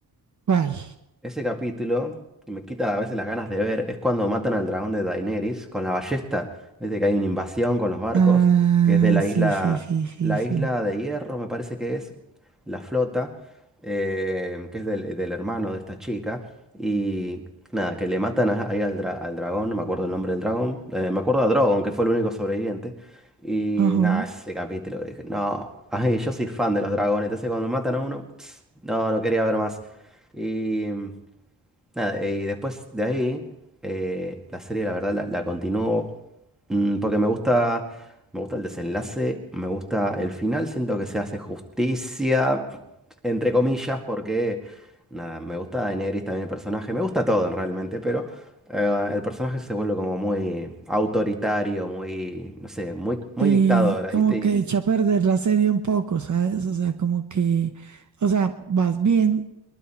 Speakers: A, on the right; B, in the centre.
A: ¿cuál?
B: Ese capítulo que me quita a veces las ganas de ver es cuando matan al dragón de Daenerys con la ballesta. Desde que hay una invasión con los barcos,
A: Ah,
B: que es de la
A: sí,
B: isla,
A: sí, sí, sí,
B: la
A: sí.
B: isla de Hierro, me parece que es, la flota, eh, que es del, del hermano de esta chica. Y nada, que le matan a- ahí al, dra- al dragón, no me acuerdo el nombre del dragón, eh, me acuerdo a Drogon, que fue el único sobreviviente. Y
A: Ajá.
B: nada, ese capítulo, dije, no, ay, yo soy fan de los dragones, entonces cuando matan a uno, <tsk> no, no quería ver más. Y Nada, y después de ahí, eh, la serie, la verdad, la, la continúo mm, porque me gusta, me gusta el desenlace, me gusta el final, siento que se hace justicia, entre comillas, porque, nada, me gusta Daenerys también el personaje, me gusta todo realmente, pero eh, el personaje se vuelve como muy autoritario, muy, no sé, muy, muy
A: Sí,
B: dictador
A: como
B: ¿viste? Y-
A: que echa a perder la serie un poco, ¿sabes? O sea, como que, o sea, vas bien,